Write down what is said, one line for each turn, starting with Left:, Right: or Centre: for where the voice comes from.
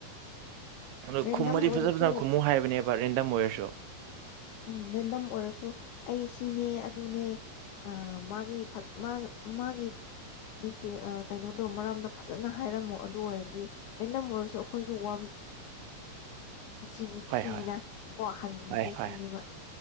Right: ꯑ
Left: ꯔꯦꯟꯗꯝ
Right: ꯈꯨꯝꯃꯗꯤ
Left: ꯑꯣꯏꯔꯁꯨ
Right: ꯐꯖ ꯐꯖꯅ ꯈꯨꯝꯃꯨ ꯍꯥꯏꯕꯅꯦꯕ ꯔꯦꯟꯗꯝ ꯑꯣꯏꯔꯁꯨ
Left: ꯎꯝ ꯃꯦꯟꯗꯝ ꯑꯣꯏꯔꯁꯨ ꯑꯩ ꯁꯤꯅꯦ ꯑꯗꯨꯅꯦ ꯑ ꯃꯥꯒꯤ ꯐ ꯃꯥꯒꯤ ꯃꯥꯒꯤ ꯗꯤꯇꯦꯜ ꯀꯩꯅꯣꯗꯣ ꯃꯔꯝꯗꯣ ꯐꯖꯅ ꯍꯥꯏꯔꯝꯃꯣ ꯑꯗꯨ ꯑꯣꯏꯔꯗꯤ ꯔꯦꯟꯗꯝ ꯑꯣꯏꯔꯁꯨ ꯑꯩꯈꯣꯏꯁꯨ ꯋꯥꯔ
Right: <unintelligible>
Left: ꯅꯨꯡꯁꯤ ꯅꯨꯡꯁꯤꯅ
Right: ꯍꯣꯏ ꯍꯣꯏ
Left: ꯋꯥꯍꯟꯕꯤꯒꯦ
Right: ꯍꯣꯏ ꯍꯣꯏ
Left: ꯁꯤꯅꯦꯕ